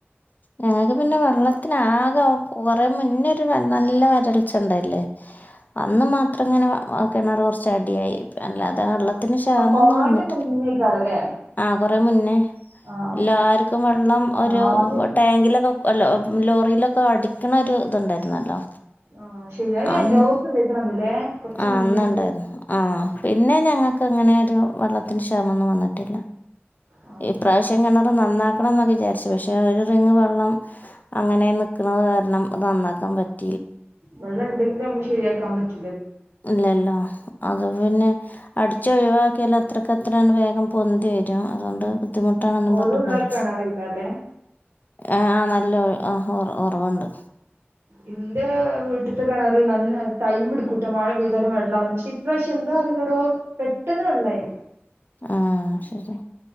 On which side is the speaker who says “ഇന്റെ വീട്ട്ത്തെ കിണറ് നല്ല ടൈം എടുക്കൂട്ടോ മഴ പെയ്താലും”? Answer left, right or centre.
Right